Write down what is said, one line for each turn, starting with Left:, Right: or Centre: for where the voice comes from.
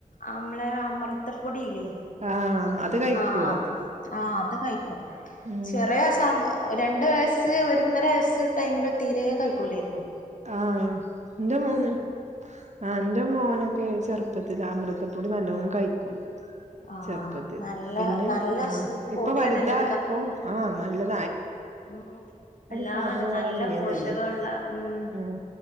Left: അമ്മളെ അമൃ തപ്പൊടിയില്ലേ
Right: ആഹ് അത് കഴിക്കോ
Left: ആഹ് അത് ആഹ് അത് കയ്ക്കും
Right: ഉം
Left: ചെറിയ സാം രണ്ട് വയസ്സ് ഒരൊന്നര വയസ്സ് ടൈമിലോ തീരെ കയ്ക്കുല്ലേര്ന്നു
Right: ആഹ് ൻ്റെ മോന് ആഹ് എൻ്റെ മോന് ക്ക്‌ ചെറുപ്പത്തില അമൃതപ്പൊടി ന്നല്ലോം കയ്ക്കും
Left: ആഹ്
Right: ചെറുപ്പത്തില്
Left: നല്ല
Right: പിന്നെ
Left: നല്ല
Right: ആഹ്
Left: പൊടിയാണല്ലോ
Right: ഇപ്പ വലുതായപ്പോ ആഹ് നല്ലത്
Left: മ്മ് എല്ലാം
Right: സാധനങ്ങൾ
Left: അതെ നല്ല
Right: അടങ്ങിയതല്ലേ
Left: പോഷകഇള്ള മ്മ്
Right: ഉം